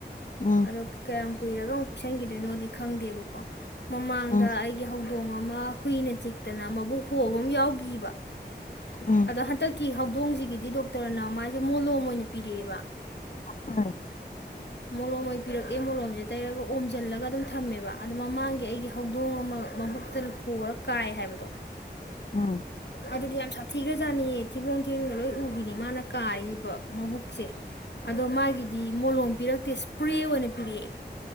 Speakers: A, on the left; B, on the left.
A: ꯎꯝ ꯎꯝ
B: ꯑꯗꯣ ꯀꯌꯥꯝ ꯀꯨꯏꯔꯒ ꯑꯃꯨꯛ ꯀꯣꯏꯁꯟꯈꯤꯗꯣꯏꯅꯣꯗꯤ ꯈꯪꯗꯦꯕ ꯃꯃꯥꯡꯗ
A: ꯎꯝ
B: ꯑꯩꯒꯤ ꯍꯧꯗꯣꯡ ꯑꯃ ꯍꯨꯏꯅ ꯆꯤꯛꯇꯅ ꯃꯕꯨꯛ ꯄꯣꯕ ꯑꯃ ꯌꯥꯎꯈꯤꯕ
A: ꯎꯝ
B: ꯑꯗꯣ ꯍꯟꯗꯛꯀꯤ ꯍꯧꯗꯣꯡꯁꯤ ꯒꯤꯗꯤ ꯗꯣꯛꯇꯔꯅ ꯃꯥꯁꯦ ꯃꯣꯂꯣꯝ ꯑꯣꯏꯅ ꯄꯤꯔꯛꯑꯦꯕ
A: ꯎꯝ
B: ꯃꯣꯂꯣꯝꯈꯣꯏ ꯄꯤꯔꯛꯑꯦ ꯃꯣꯂꯣꯝꯁꯦ ꯇꯩꯔꯒ ꯑꯣꯝꯁꯤꯜꯂꯒ ꯑꯗꯨꯝ ꯊꯝꯃꯦꯕ ꯑꯗꯣ ꯃꯃꯥꯡꯒꯤ ꯑꯩꯒꯤ ꯍꯧꯗꯣꯡ ꯑꯃ ꯃꯕꯨꯛꯇ ꯍꯣꯔ ꯀꯥꯏ ꯍꯥꯏꯕꯗꯣ
A: ꯎꯝ
B: ꯑꯗꯨꯗꯤ ꯌꯥꯝ ꯁꯥꯊꯤꯈ꯭ꯔꯖꯥꯠꯅꯤꯌꯦ ꯊꯤꯕꯣꯡ ꯊꯤꯔꯟꯒ ꯂꯣꯏ ꯎꯕꯤꯅꯤ ꯃꯥꯅ ꯀꯥꯔꯤꯁꯤꯕ ꯃꯕꯨꯛ ꯁꯦ ꯑꯗꯣ ꯃꯥꯒꯤꯗꯤ ꯃꯣꯂꯣꯝ ꯄꯤꯔꯛꯇꯦ ꯁꯄ꯭ꯔꯦ ꯑꯣꯏꯅ ꯄꯤꯔꯛꯑꯦ